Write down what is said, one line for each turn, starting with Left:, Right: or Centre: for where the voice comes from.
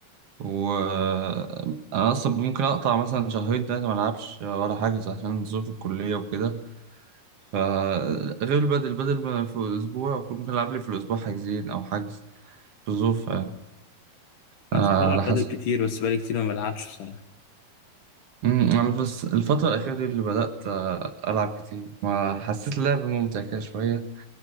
Right: وانا اصلا ممكن اقطع مثلا شهرين ثلاثه ما العبش ولا حاجز عشان ظروف الكليه وكده فغير البدل البدل ما في الاسبوع أكون ممكن العب لي في الاسبوع حاجزين او حجز في الظروف يعني آه،
Left: أنا كنت بلعب
Right: على حسب
Left: بادل كتير بس بقالي كتير ما بلعبش بصراحة
Right: مم، انا بس الفتره الاخيره دي اللي بدات آه، العب كتير ما حسيت اللعب ممتع كده شويه